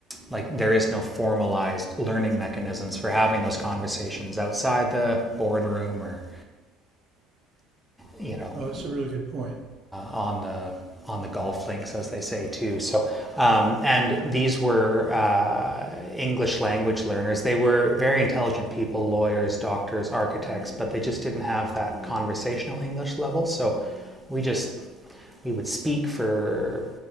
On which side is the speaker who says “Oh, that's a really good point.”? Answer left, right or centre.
Right